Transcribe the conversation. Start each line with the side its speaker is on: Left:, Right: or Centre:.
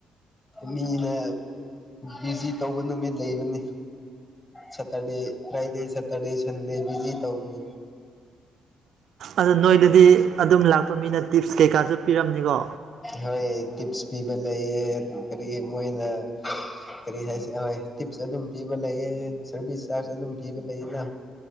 Left: ꯃꯤꯅ ꯕꯤꯖꯤ ꯇꯧꯕ ꯅꯨꯃꯤꯠ ꯂꯩꯕꯅꯤ Saturday Friday Saturday Sunday busy ꯇꯧꯅꯤ
Right: ꯑꯗꯣ ꯅꯣꯏꯗꯗꯤ ꯑꯗꯨꯝ ꯂꯥꯛꯄ ꯃꯤꯅꯦ ꯇꯤꯞꯁ ꯀꯩꯀꯥꯁꯨ ꯄꯤꯔꯝꯅꯤꯀꯣ
Left: ꯍꯣꯏ ꯇꯤꯞꯁ ꯄꯤꯕ ꯂꯩ ꯀꯔꯤ ꯃꯣꯏꯅ ꯀꯔꯤ ꯍꯥꯏꯁꯣꯏ ꯇꯤꯞꯁ ꯑꯗꯨꯝ ꯄꯤꯕ ꯂꯩꯌꯦ ꯁꯔꯚꯤꯁ ꯆꯥꯔꯖ ꯑꯗꯨꯝ ꯄꯤꯕ ꯂꯩꯌꯦꯅ